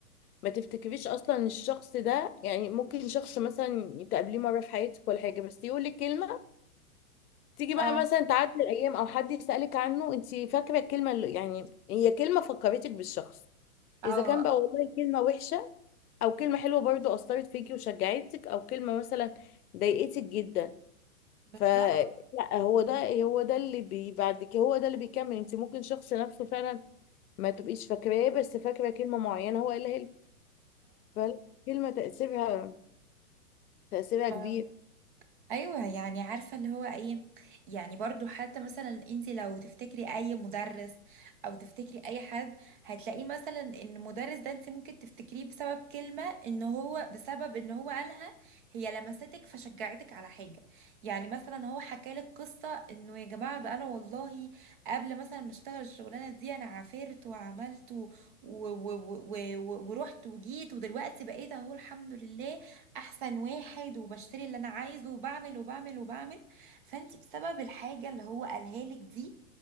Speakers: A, on the left; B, on the right.
A: ما تفتكريش اصلا إن الشخص ده يعني ممكن شخص مثلا تقابليه مره في حياتك ولا حاجه بس يقول لك كلمه تيجي بقى
B: اه
A: مثلا تعدي الايام او حد يسالك عنه انت فاكره الكلمه اللي يعني هي كلمه فكرتك بالشخص
B: اه
A: اذا كان بقى والله كلمه وحشه او كلمه حلوه برضو اثرت فيكي وشجعتك او كلمه مثلا ضايقتك جدا
B: بالظبط
A: فلا هو ده هو ده اللي بي بعد كده هو ده اللي بيكمل انت ممكن شخص نفسه فعلا ما تبقيش فاكراه بس فاكره كلمه معينه هو قالها لك فالكلمه تاثيرها تاثيرها كبير
B: اه ايوه يعني عارفه اللي هو ايه يعني برضو حتى مثلا انت لو تفتكري اي مدرس او تفتكري اي حد هتلاقيه مثلا ان المدرس ده انت ممكن تفتكريه بسبب كلمه ان هو بسبب ان هو قالها هي لمستك فشجعتك على حاجه يعني مثلا هو حكالك قصه انه يا جماعه ده انا والله قبل مثلا ما اشتغل الشغلانه دي انا عافرت وعملت و... و... و... و... و... ورحت وجيت ودلوقتي بقيت اهو الحمد لله احسن واحد وبشتري اللي انا عايزه وبعمل وبعمل وبعمل فانت بسبب الحاجة اللي هو قالها لك دي